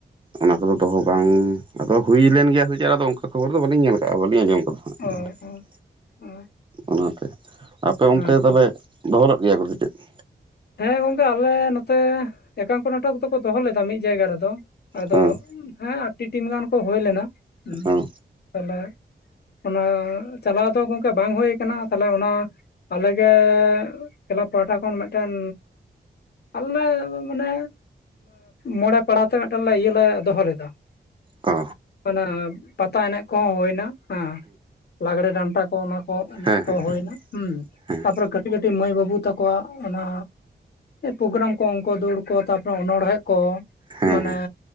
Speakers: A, on the right; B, on the left.
A: ᱚᱱᱟ ᱠᱚᱫᱚ ᱫᱚᱦᱚ ᱵᱟᱝ ᱟᱫᱚ ᱦᱩᱭ ᱞᱮᱱ ᱜᱮᱭᱟ ᱥᱮ ᱪᱮᱫ ᱚᱱᱠᱟ ᱠᱷᱚᱵᱚᱨ ᱫᱚ ᱵᱟᱞᱤᱧ ᱧᱮᱞ ᱟᱠᱟᱫ-ᱟ ᱵᱟᱞᱤᱧ ᱟᱸᱚᱢ ᱟᱠᱟᱫᱟ ᱦᱟᱸᱜ <inaudible>
B: ᱚ ᱚ ᱚ
A: ᱚᱱᱟᱛᱮ ᱟᱯᱮ ᱚᱱᱛᱮ
B: ᱦᱮᱸ ᱛᱚ
A: ᱛᱚᱵᱮ ᱫᱚᱦᱚᱞ ᱜᱮᱭᱟ ᱠᱚ ᱥᱮ ᱪᱮᱫ ᱾
B: ᱦᱮᱸ ᱜᱚᱝᱠᱮ ᱟᱞᱮ ᱱᱚᱛᱮ ᱮᱠᱟᱝᱠᱚ ᱱᱟᱴᱚᱠ ᱫᱚᱠᱚ ᱫᱚᱦᱚ ᱞᱮᱫᱟ ᱢᱤᱫ ᱡᱟᱭᱜᱟ ᱨᱮᱫᱚ ᱾ ᱟᱫᱚ
A: ᱦᱮᱸ
B: ᱦᱮᱸ ᱟᱴ ᱴᱤ ᱴᱤᱢ ᱜᱟᱱ ᱠᱚ ᱦᱩᱭ ᱞᱮᱱᱟ ᱾
A: ᱚ ᱚ᱾
B: ᱛᱟᱦᱚᱞᱮ ᱚᱱᱟ ᱪᱟᱞᱟᱣ ᱫᱚ ᱜᱚᱝᱠᱮ ᱵᱟᱝ ᱦᱩᱭᱩ ᱟᱠᱟᱱᱟ ᱾ ᱠᱟᱱᱟ ᱛᱟᱦᱞᱮ ᱚᱱᱟ ᱟᱞᱮᱜᱮ ᱠᱞᱟᱵᱽ ᱯᱟᱦᱴᱟ ᱠᱷᱚᱱ ᱢᱮᱫᱴᱮᱱ ᱟᱞ ᱞᱮ ᱢᱟᱱᱮ ᱢᱚᱬᱮ ᱯᱟᱲᱟ ᱛᱮ ᱢᱤᱫᱴᱮᱱ ᱤᱭᱟᱹ ᱞᱮ ᱫᱚᱦᱚ ᱞᱮᱫᱟ ᱾
A: ᱚ
B: ᱚᱱᱟ ᱯᱟᱛᱟ ᱮᱱᱮᱡ ᱠᱚᱦᱚᱸ ᱦᱩᱭᱱᱟ, ᱦᱮᱸ ᱞᱟᱜᱽᱬᱮ ᱰᱟᱱᱴᱟ ᱠᱚ ᱚᱱᱟ ᱠᱚ ᱾ ᱦᱳ ᱮᱱᱮᱡ
A: ᱦᱮᱸ
B: ᱠᱚ ᱦᱩᱭᱱᱟ ᱦᱟᱸ
A: ᱦᱮᱸ
B: ᱛᱟᱯᱚᱨᱮ ᱠᱟᱹᱴᱤᱡ ᱠᱟᱹᱴᱤᱡ ᱢᱟᱹᱭ ᱵᱟᱹᱵᱩ ᱛᱟᱠᱚᱣᱟᱜ ᱾ ᱚᱱᱟ ᱯᱨᱳᱜᱨᱟᱢ ᱠᱚ, ᱚᱝᱠᱚ ᱫᱟᱹᱲ ᱠᱚ, ᱛᱟᱯᱚᱨᱮ ᱚᱱᱚᱬᱦᱮᱸ ᱠᱚ ᱾
A: ᱦᱮᱸ
B: ᱢᱟᱱᱮ